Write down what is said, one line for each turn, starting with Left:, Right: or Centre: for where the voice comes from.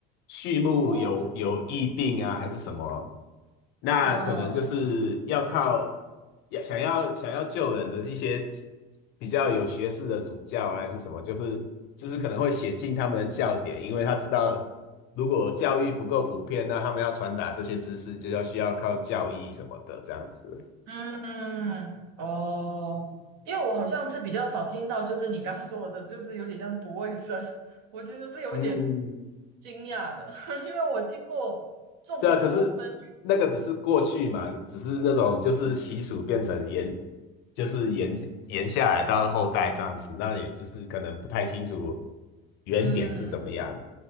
Left: 畜牧有有疫病啊，
Right: 哦，
Left: 还是什么，那可能就是要靠
Right: 嗯
Left: 要想要想要救人的一些比较有学识的主教啊，还是什么，就是就是可能会写进他们的教典，因为他知道如果教育不够普遍，那他们要传达这些知识就要需要靠教义什么的这样子。
Right: 嗯哦，因为我好像是比较少听到，就是你刚刚说的，就是有点像是不卫生，<laughs> 我其实是有一点
Left: 嗯，
Right: 惊讶的，<laughs> 因为我听过众说纷纭，
Left: 对啊，可是那个只是过去嘛，只是那种就是习俗变成延，
Right: 嗯
Left: 就是延延下来到后代这样子，那也只是可能不太清楚原点是怎么样，
Right: 嗯